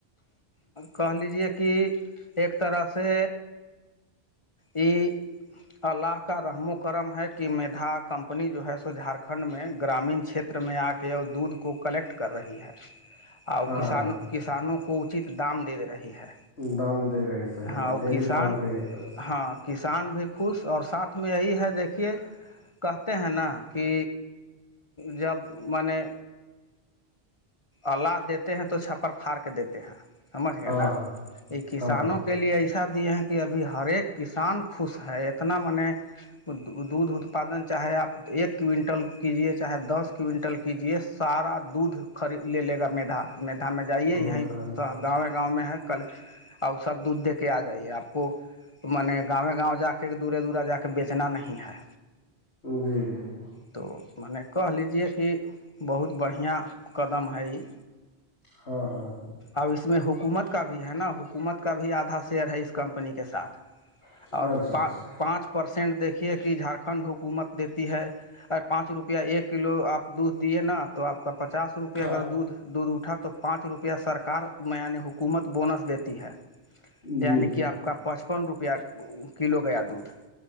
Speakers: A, on the left; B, on the left.
A: کہ لیجے کہ ایک طرح سے یہ اللہ کا رحم و کرم ہے کہ مھا کمپنی جو ہے سو جھارکھنڈ میں گرامین چھیت چر میں آ کے وہ دودھ کو کلیکٹ کر رہی ہے اور
B: ہاں
A: کسانوں
B: ہاں
A: کسانوں کو اچت دام دے دے رہی ہے
B: دام دے رہی صحیح
A: ہاں
B: بات
A: اور
B: ڈیری
A: کسان
B: فارم کای ایک طرف سے
A: ہاں کسان بھی خوش اور ساتھ میں یہی ہے دیکھیے کہتے ہیں نا کہ جب مانے اللہہ دیتے ہیں تو چھپر پھاڑ کے دیتے ہیں سمجھ گئے
B: ہاں
A: نا یہ کسانوں
B: ہاں
A: کے لیے اچھا دی ہیں کہ ابھی ہر ایک کسان خوش ہے اتنا م نے دودھ اتپادن چاہے آپ ایک کونٹل کیجیے چاہے دس کونٹل کیجیے سارا دودھ خری لے لے گا مھا میدا میں جائیے
B: ہاں
A: یہیں گاؤں گاؤں میں ہے کل آ سب دودھ دے کے آ جائیے آپ کو مان گاوں گاؤں جا کے دورے دورہ جا کے بیچنا نہیں ہے
B: جی جی جی
A: تو م نے کہہ لیجیے کہ بہت بڑھیا قدم ہے یہ
B: ہاں ہاں ہاں
A: اب اس میں حکومت کا بھی ہے نا حکومت کا بھی آدھا شیئر ہے اس کمپنی کے ساتھ
B: ہاں
A: اور
B: اچھا
A: پان
B: اچھا
A: پانچ پرسینٹ دیکھیے کہ جھارکھنڈ حکومت دیتی ہے ارے پانچ روپیہ ایک کلو آپ دودھ دیے نا تو آپ کا پچاس روپ اگر
B: ہاں
A: دودھ دودھ اٹھا تو پانچ روپیہ سرکار میان حکومت بونس دیتی ہے
B: جی
A: یعنی
B: جی
A: کہ آپ کا پچپن روپیہ کلو گیا دودھ